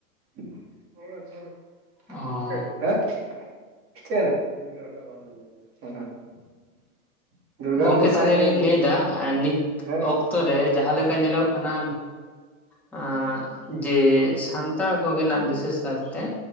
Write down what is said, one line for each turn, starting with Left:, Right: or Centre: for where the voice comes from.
Right: ᱾
Centre: ᱚᱸ ᱻ
Right: <unintelligible> ᱫᱩᱨᱜᱟᱯᱩᱨ
Centre: ᱜᱚᱢᱠᱮ ᱛᱟᱦᱚᱞᱮ
Right: ᱥᱮᱫ ᱦᱮᱡ
Centre: ᱞᱤᱧ ᱞᱟᱹᱭᱫᱟ ᱟᱸ ᱱᱤᱛ
Right: ᱦᱮᱸ
Centre: ᱚᱠᱛᱚ ᱨᱮ ᱡᱟᱦᱟᱸ ᱞᱮᱠᱟ ᱧᱮᱞᱚᱜ ᱠᱟᱱᱟ ᱟᱸ ᱡᱮ ᱥᱟᱱᱛᱟᱲ ᱠᱚᱜᱮᱱᱟᱜ ᱵᱤᱥᱮᱥ ᱠᱟᱨᱛᱮ